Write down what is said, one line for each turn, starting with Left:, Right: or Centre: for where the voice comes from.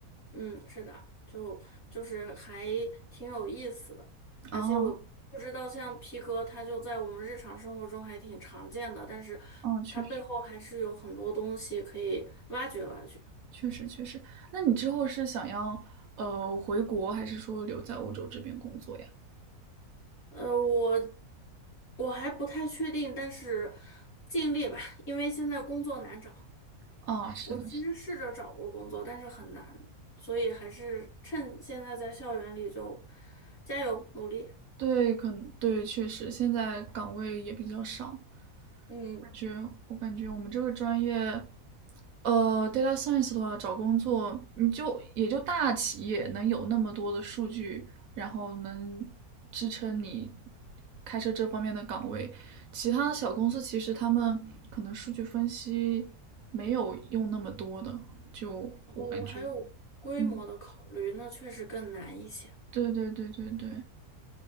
Left: 嗯，是的，就就是还挺有意思的，而且我不知道像皮革，
Right: 哦
Left: 它就在我们日常生活中还挺常见的，但是
Right: 哦，确实
Left: 它背后还是有很多东西可以挖掘挖掘。
Right: 确实确实。那你之后是想要呃回国，还是说留在欧洲这边工作呀？
Left: 呃，我我还不太确定，但是尽力吧，因为现在工作难找。
Right: 啊、是的。
Left: 我其实试着找过工作，
Right: 是。
Left: 但是很难，所以还是趁现在在校园里就加油努力。
Right: 对，可能对，确实现在岗位也比较少。
Left: 嗯。
Right: 感觉我感觉我们这个专业，呃，data science 的话，找工作你就也就大企业能有那么多的数据，然后能支撑你开设这方面的岗位。其他的小公司其实他们可能数据分析没有用那么多的，就我感觉，
Left: 然后还有规模的考虑，
Right: 嗯，
Left: 那确实更难一些。
Right: 对对对对对。